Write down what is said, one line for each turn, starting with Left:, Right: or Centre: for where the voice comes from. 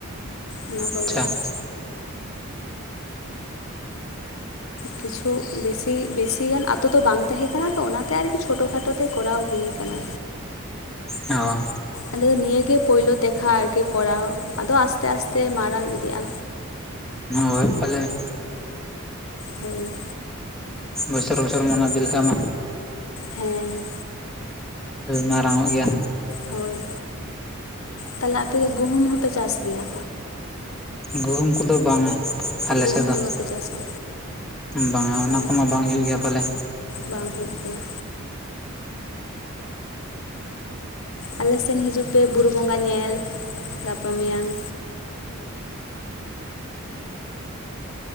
Left: ᱚᱱᱟ ᱠᱚᱜᱮ
Centre: ᱟᱪᱪᱷᱟ
Left: ᱠᱤᱪᱷᱩ ᱵᱮᱥᱤ ᱵᱮᱥᱤ ᱜᱟᱱ ᱟᱛᱳ ᱫᱚ ᱵᱟᱝ ᱛᱟᱦᱮᱸ ᱠᱟᱱᱟ ᱛᱚ ᱚᱱᱟᱛᱮ ᱟᱨᱠᱤ ᱪᱷᱳᱴᱳ ᱠᱷᱟᱴᱳ ᱛᱮ ᱠᱚᱨᱟᱣ ᱦᱩᱭ ᱟᱠᱟᱱᱟ᱾
Centre: ᱚ
Left: ᱟᱫᱚ ᱱᱤᱭᱟ ᱜᱮ ᱯᱳᱭᱞᱳ ᱛᱮᱠᱷᱟ ᱟᱨᱠᱤ ᱠᱚᱨᱟᱣ ᱟᱫᱚ ᱟᱥᱛᱮ ᱟᱥᱛᱮ ᱢᱟᱨᱟᱝ ᱤᱫᱤᱜᱼᱟ᱾
Centre: ᱦᱳᱭ ᱯᱟᱞᱮ
Left: ᱦᱳᱭ
Centre: ᱵᱚᱪᱷᱚᱨ ᱵᱚᱪᱷᱚᱨ ᱢᱚᱱᱮ ᱤᱫᱤ ᱞᱮᱠᱷᱟᱱ ᱢᱟ
Left: ᱦᱮᱸᱻ
Centre: ᱢᱟᱨᱟᱝ ᱚᱜ ᱜᱮᱭᱟ᱾
Left: ᱦᱳᱭ ᱛᱟᱦᱚᱞᱮ ᱟᱯᱮ ᱫᱚ ᱜᱩᱦᱩᱢ ᱦᱚᱸᱯᱮ ᱪᱟᱥ ᱜᱮᱭᱟ?
Centre: ᱜᱩᱦᱩᱢ ᱠᱚᱫᱚ ᱵᱟᱝᱟ᱾ ᱟᱞᱮ
Left: ᱜᱩᱦᱩᱢ
Centre: ᱥᱮᱫ ᱫᱚ᱾
Left: ᱵᱟᱯᱮ ᱪᱟᱥᱟ
Centre: ᱵᱟᱝᱟ ᱚᱱᱟ
Left: ᱚ
Centre: ᱠᱚᱢᱟ ᱵᱟᱝ ᱦᱩᱭᱩᱜ ᱜᱮᱭᱟ ᱯᱟᱞᱮ᱾
Left: ᱵᱟᱝ ᱦᱩᱭᱩᱜ ᱜᱮᱭᱟ᱾ ᱟᱞᱮ ᱥᱮᱱ ᱦᱤᱡᱩᱜ ᱯᱮ ᱵᱩᱨᱩ ᱵᱚᱸᱜᱟ ᱧᱮᱞ ᱜᱟᱯᱟ ᱢᱮᱭᱟᱝ᱾